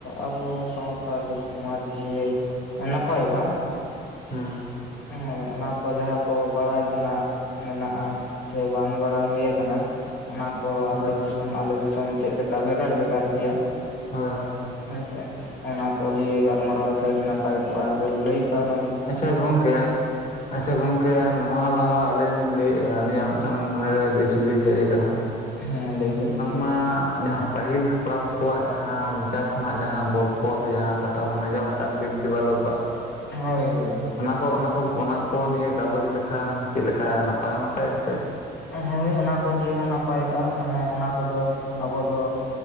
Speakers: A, on the left; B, on the left.
A: ᱟᱵᱚ ᱥᱟᱶᱛᱟ ᱥᱮ ᱥᱚᱢᱟᱡᱽ ᱨᱮ ᱱᱟᱯᱟᱭᱚᱜᱼᱟ
B: ᱦᱮᱸ᱾
A: ᱦᱳᱭ ᱚᱱᱟ ᱠᱚ ᱡᱟᱦᱟᱸ ᱠᱚ ᱵᱟᱲᱟᱭ ᱛᱮᱱᱟᱜ ᱢᱮᱱᱟᱜᱼᱟ, ᱥᱮ ᱵᱟᱝ ᱵᱟᱲᱟᱭ ᱦᱩᱭ ᱟᱠᱟᱱᱟ ᱚᱱᱟ ᱠᱳ
B: ᱦᱳᱭ
A: ᱟᱯᱮ ᱫᱤᱥᱚᱢ ᱟᱞᱮ ᱫᱤᱥᱚᱢ ᱪᱮᱫ ᱞᱮᱠᱟ ᱵᱷᱮᱜᱟᱨ ᱵᱷᱮᱜᱟᱨ ᱜᱮᱭᱟ᱾
B: ᱦᱳᱭ ᱦᱳᱭ᱾
A: ᱦᱳᱭᱥᱮ ᱚᱱᱟ ᱠᱚ ᱞᱤᱭᱮ ᱜᱟᱞᱢᱟᱨᱟᱣ ᱞᱮ ᱠᱷᱟᱱ ᱟᱹᱰᱤ ᱱᱟᱯᱟᱭ ᱠᱚᱜᱼᱟ᱾ ᱟᱫᱚ ᱞᱟᱹᱭ ᱛᱞᱟᱝ
B: ᱟᱪᱪᱷᱟ ᱜᱚᱝᱠᱮ, ᱟᱪᱪᱷᱟ ᱜᱚᱝᱠᱮ ᱱᱚᱣᱟ ᱞᱟᱦᱟ ᱟᱹᱞᱤᱧ ᱞᱟᱹᱭᱮᱜᱼᱟ ᱟᱹᱞᱤᱧᱟᱜ ᱢᱤᱫᱴᱟᱝ ᱢᱚᱱᱮᱨᱮ ᱫᱤᱥ ᱦᱩᱫᱤᱥ ᱦᱮᱡ ᱟᱠᱟᱱᱟ᱾
A: ᱦᱮᱸ ᱞᱟᱹᱭᱵᱤᱱ᱾
B: ᱢᱟ ᱡᱟᱦᱟᱸ ᱯᱟᱹᱦᱤᱞ ᱦᱟᱯᱲᱟᱢ ᱠᱚᱣᱟᱜ ᱡᱟᱦᱟᱸ ᱢᱚᱪᱟ ᱠᱷᱚᱱᱟᱜ ᱡᱟᱦᱟᱸ ᱜᱚᱞᱯᱷᱚ ᱥᱮ ᱡᱟᱦᱟᱸ ᱠᱟᱛᱷᱟ᱾ ᱛᱷᱟ ᱵᱚᱱ ᱟᱸᱡᱚᱢ ᱟᱠᱟᱫ ᱫᱮᱵ ᱫᱮᱵᱟᱞᱳᱠ ᱟᱜ
A: ᱦᱳᱭ ᱦᱳᱭ᱾
B: ᱠᱚ ᱚᱱᱟ ᱠᱚ ᱚᱱᱟ ᱠᱚ ᱱᱤᱭᱟᱹᱮ ᱜᱟᱞᱚᱪ ᱞᱮᱠᱷᱟᱱ ᱪᱮᱫ ᱞᱮᱠᱟ ᱱᱟᱯᱟᱭ ᱵᱟᱝ ᱱᱟᱯᱟᱭᱚᱜ ᱛᱮ?
A: ᱦᱳᱭ ᱚᱱᱟ ᱠᱚ ᱞᱤᱭᱮ ᱦᱚᱸ ᱱᱟᱯᱟᱭᱚᱜᱼᱟ ᱢᱟᱱᱮ ᱚᱱᱟ ᱠᱚᱫᱚ ᱟᱵᱚ ᱫᱚ